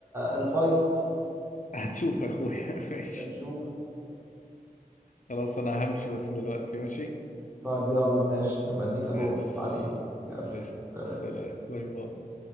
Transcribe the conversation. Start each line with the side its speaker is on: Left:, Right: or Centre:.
Right: الفيصل
Left: هتشوف يا اخويا <laughs> ماشي
Right: هنشوف
Left: خلاص انا همشي بس دلوقتي ماشي
Right: طيب يلا ماشي هبقى اديك الو
Left: ماشي
Right: بعدين يلا
Left: قشطة.
Right: سلام
Left: سلام باي باي